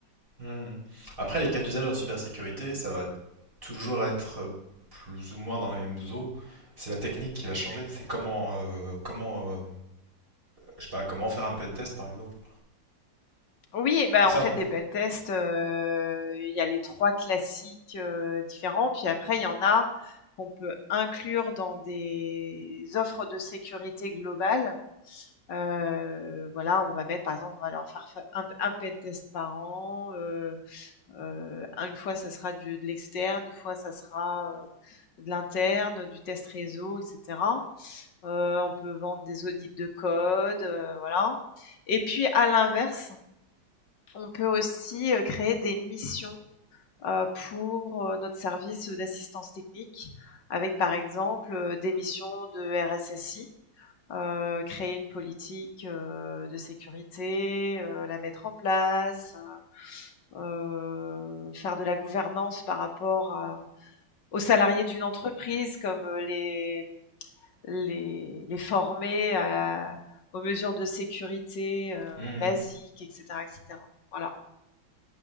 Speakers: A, on the right (about 25°); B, on the left (about 60°).
A: Mhm. Après, les cas d'usage en cybersécurité, ça va toujours être plus ou moins dans les mêmes eaux. C'est la technique qui va changer. C'est comment, euh, comment euh, Je sais pas, comment faire un pentest par exemple.
B: Oui, et ben
A: C'est ça,
B: en fait
A: non
B: des pentests, euh, il y a les trois classiques euh, différents, puis après il y en a qu'on peut inclure dans des offres de sécurité globale Heu, voilà, on va mettre par exemple, on va leur faire fa un un pen test par an, heu heu, une fois ça sera du de l'externe, une fois ça sera, heu, de l'interne, du test réseau et cetera. Heu, on peut vendre des audits de code, heu, voilà et puis à l'inverse, on peut aussi, heu, créer des missions, heu, pour, heu, notre service, d'assistance technique avec par exemple, heu, des missions de RSSI heu, créer une politique, heu, de sécurité, heu, la mettre en place, heu, faire de la gouvernance par rapport à aux salariés d'une entreprise comme, euh, les les les former à aux mesures de sécurité, heu,
A: Mhm.
B: basiques et cetera et cetera. Voilà.